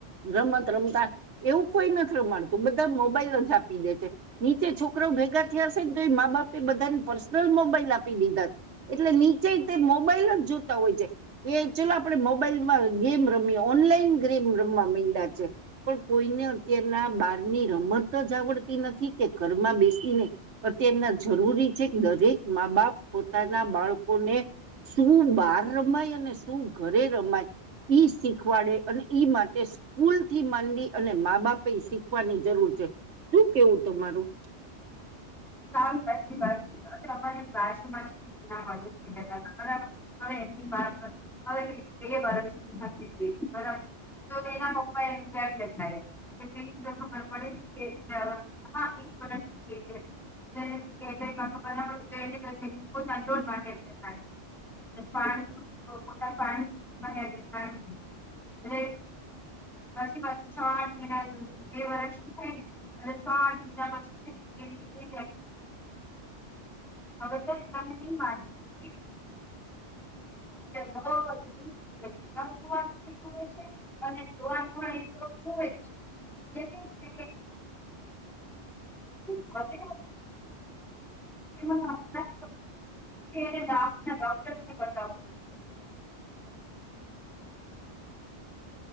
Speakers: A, on the right; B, in the centre.
A: રમત રમતા. એવું કોઈ નથી રમાડતું બધા મોબાઈલ જ આપી દે છે. નીચે છોકરો ભેગા થયા હશે ને તો એ મા બાપે બધાને પર્સનલ મોબાઈલ આપી દીધા. એટલે નીચે તે મોબાઈલ જ જોતા હોય છે, કે ચલો આપડે મોબાઈલ માં ગેમ રમી ઓનલાઈન ગેમ રમવા મયનડા છે. પણ કોઈને અત્યારના બારની રમત જ આવડતી નથી કે ઘરમાં બેસીને અત્યારના જરૂરી છે કે દરેક મા બાપ પોતાના બાળકોને શું બાર રમાય અને શું ઘરે રમાય. ઈ શીખવાડે અને ઈ માટે સ્કૂલ થી માંડી અને મા બાપ એ શીખવાની જરૂર છે શું કેવું તમારું.
B: સાવ સાચી વાત છે અમારી બાજુમાં છે. <unintelligible> બરાબર હ એમની હવે બે વર્ષ બરાબર તો એના પપ્પા <unintelligible> પેલી તો ખબર પડે કે હા એક વર્ષની <unintelligible> <unintelligible> <unintelligible> <unintelligible> પાછુ પાસે છ આઠ મહિના બે વર્ષ થાય ને અને છ આઠ મહીના પછી છે ને <unintelligible> હવે છે તમે નહીં માનો <unintelligible> માટે નુ જુએ છે <unintelligible> <unintelligible> છે અને જોવા પણ એ જોવે જ. <inaudible> <unintelligible> આપના ડોક્ટર બતાવ